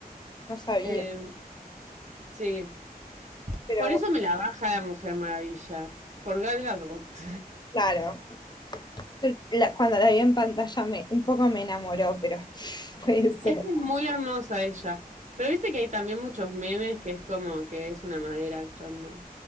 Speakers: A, on the left; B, on the right.
A: No sabía,
B: Em, sí.
A: pero
B: Por
A: bueno,
B: eso me la baja la Mujer Maravilla. Por Gal Gadot.
A: claro. Yo la- cuando la vi en pantalla me, un poco me enamoró, pero <laughs> puede ser.
B: Es que es muy hermosa ella. Pero viste que hay también muchos memes que es como que es una madera actuando.